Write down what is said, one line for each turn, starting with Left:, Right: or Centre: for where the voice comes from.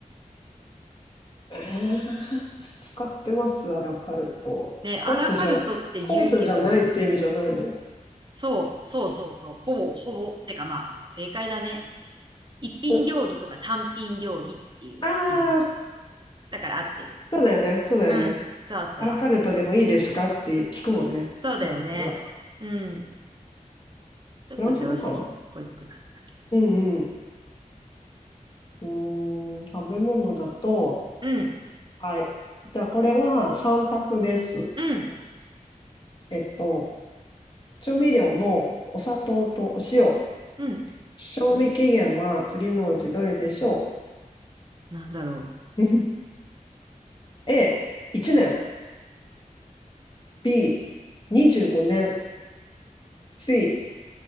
Left: えー使ってます、アラカルト。
Right: う。ね、
Left: コースじゃ、
Right: アラカルトって言うけど、
Left: コースじゃないって意味じゃないの
Right: そう、そうそうそう、ほぼ、ほぼ、てかまあ、正解だね。一品料理とか単品料理っていう意味。
Left: お、ああ、
Right: だから合ってる。
Left: そうだよね、そうだよね。
Right: うん、そうそう。
Left: アラカルトでもいいですかって聞くもんね。
Right: そうだよね。
Left: うん、よかった。
Right: うん。ちょっと常識っぽくなったけど。
Left: フランス語かなうんうん。うーん、食べ物だと、
Right: うん、
Left: はい。じゃあ、これは3択です。
Right: うん、
Left: えっと、調味料のお砂糖とお塩、
Right: うん。
Left: 賞味期限は次のうちどれでしょ
Right: なんだろ
Left: う <laughs> ?A、1年、B、25年、C、